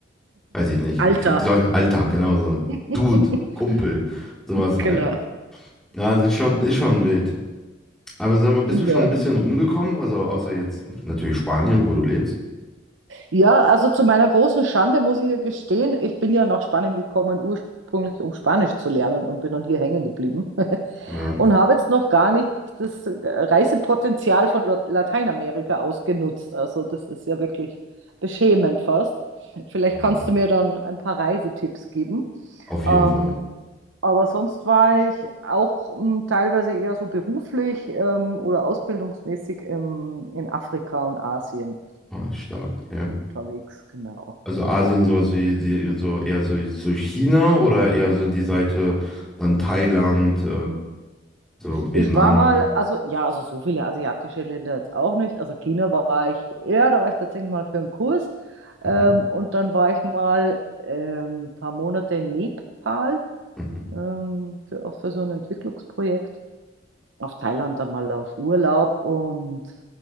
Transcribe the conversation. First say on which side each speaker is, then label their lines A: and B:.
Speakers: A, in the centre; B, on the right.
A: weiß ich nicht.
B: Alter.
A: Alltag, genauso.
B: <laughs>
A: Dude, Kumpel, sowas halt.
B: Genau.
A: Ja, das ist schon, ist schon wild. Aber sag mal, bist
B: Ja.
A: du schon ein bisschen rumgekommen? Also außer jetzt natürlich Spanien, wo du lebst.
B: ja, also zu meiner großen Schande muss ich ja gestehen, ich bin ja nach Spanien gekommen, ursprünglich um Spanisch zu lernen und bin dann hier hängen geblieben <laughs>
A: Ja,
B: und habe jetzt noch gar nicht das Reisepotenzial von Lat- Lateinamerika ausgenutzt. Also das ist ja wirklich beschämend fast. Vielleicht
A: Ja.
B: kannst du mir dann ein paar Reisetipps geben.
A: auf jeden
B: Ähm,
A: Fall.
B: Aber sonst war ich auch ähm, teilweise eher so beruflich ähm, oder ausbildungsmäßig im, in Afrika und Asien
A: Ah, stark, okay.
B: unterwegs, genau.
A: Also Asien, sowas wie die- so eher so, so China oder eher so die Seite dann Thailand, äh, so
B: Ich
A: Vietnam,
B: war mal, also ja, also so viele asiatische Länder jetzt auch nicht. Also China war ich, ja, da war ich tatsächlich mal für einen Kurs. Ähm,
A: mhm.
B: und dann war ich mal ähm, ein paar Monate in Nepal,
A: Mhm.
B: ähm, für, auch für so ein Entwicklungsprojekt. Auf Thailand dann mal auf Urlaub und